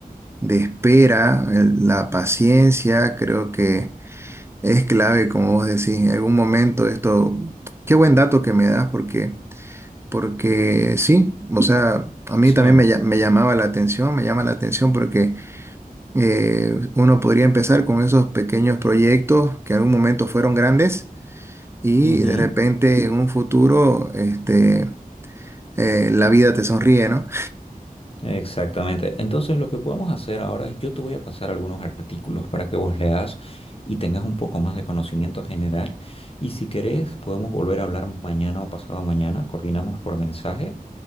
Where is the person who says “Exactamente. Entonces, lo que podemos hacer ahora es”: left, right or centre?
Left